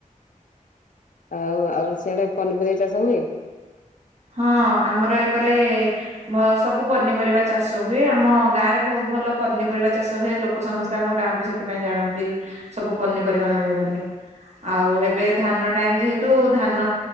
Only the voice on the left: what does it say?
ଆଉ ଆଉ ସିଆଡ଼େ ପନିପରିବା ଚାଷ ହୁଏ?